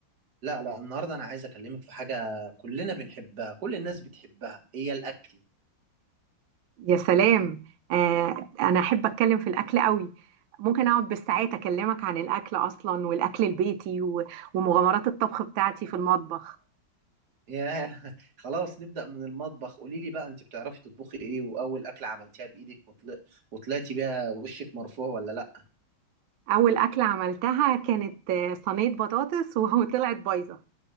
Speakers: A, on the right; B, on the right.
A: لا لا النهاردة أنا عايز أكلمك في حاجة كلنا بنحبها كل الناس بتحبها هي الأكل
B: يا سلام اه انا احب اتكلم في الاكل قوي ممكن اقعد بالساعات اكلمك عن الاكل اصلا والاكل البيتي و- ومغامرات الطبخ بتاعتي في المطبخ
A: ياه <laughs> خلاص نبدأ من المطبخ قولي لي بقى أنت بتعرفي تطبخي إيه وأول أكلة عملتيها بإيدك وطل... وطلعتي بيها وشك مرفوع ولا لأ
B: اول اكلة عملتها كانت آه، صينية بطاطس <laughs> وطلعت بايظة